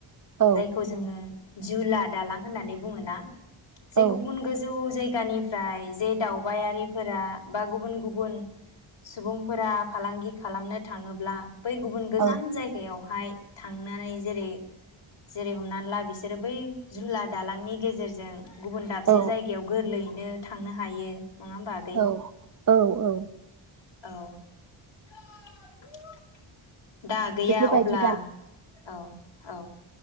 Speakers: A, on the right; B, on the left.
A: औ
B: जायखौ जोङो जुनार दालां होननानै बुङो ना
A: औ
B: जे गुबुन गोजौ जायगानिफ्राय जे दावबायारि फोरा बा गुबुन गुबुन सुबुंफोरा फालांगि खालामनो थाङोब्ला बै गुबुन गोजान
A: औ
B: जायगायावहाय थां थांनानै जेरै जेरै हमनानै ला बिसोरो बै जुनार दालांनि गेजेरजों गुबुन दाबसे
A: औ
B: जायगायाव गोरलैनो बिनो थांनो हायो। नङा होमबा आगै?
A: औ औ औ
B: औ <unintelligible> दा आगैया
A: बेफोरबायदि
B: अब्ला औ औ